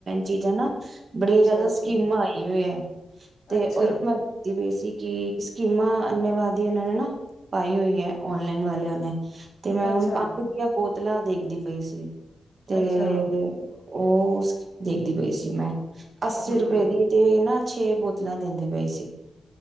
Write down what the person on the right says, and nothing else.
ਚੀਜ਼ਾਂ ਨਾ ਬੜੀਆਂ
ਜਿਆਦਾ ਸਕੀਮਾਂ ਆਈ ਹੋਈ ਹੈ ਤੇ
ਉਹ। <unintelligible> <unintelligible> ਸਕੀਮਾਂ ਅੰਨੇਵਾਦੀ ਇਹਨਾਂ ਨੇ ਨਾ ਪਾਈ ਹੋਈ ਹੈ ਔਨਲਾਈਨ ਵਾਲਿਆਂ ਨੇ। ਤੇ ਮੈਂ
ਹੁਣ <unintelligible> ਦੀਆਂ ਬਹੁਤ ਤਲਾ ਦੇਖਦੀ ਪਈ ਸੀ। ਤੇ
ਉਹ ਉਸ ਦੇਖਦੀ ਪਈ ਸੀ ਮੈਂ। ਅੱਸੀ
ਰੁਪਏ ਦੀ ਤੇ ਨਾ ਛੇ ਬੋਤਲਾਂ ਦੇਂਦੇ ਪਏ ਸੀ।